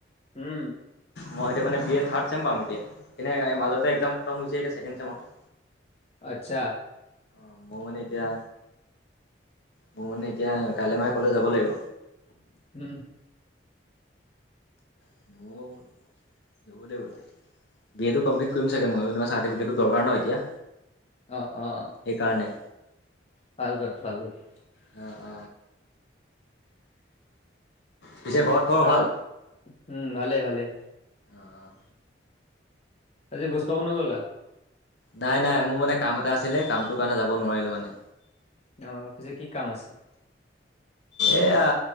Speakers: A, on the left; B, on the left.
A: উম।
B: মই এতিয়া মানে বি এ থাড চেম পাম এতিয়া <unintelligible> মাজতে একজাম খতম হৈছেহে ছেকেণ্ড চেমত। <inaudible>
A: আচ্ছা।
B: অ', মও মানে এতিয়া মও মানে এতিয়া কাইলৈ মানে ক'লেজ যাব লাগিব।
A: উম।
B: <inaudible> <unintelligible> বি এ টো কমপ্লিট কৰিম চাগে ময়ো চাৰ্টিফিকেটটো দৰকাৰ ন' এতিয়া?
A: অ', অ'।
B: সেইকাৰণে।
A: <unintelligible>
B: অ' পিছে ঘৰত খবৰ
A: ঘৰত
B: ভাল
A: হম, ভালে ভালে।
B: অঁ
A: আজি ভোজ খাব নগ'লা?
B: নাই, নাই মোৰ মানে কাম এটা আছিলে কামটো কাৰণে যাব নোৱাৰিলোঁ মানে।
A: অ', পিছে কি কাম আছি
B: এয়া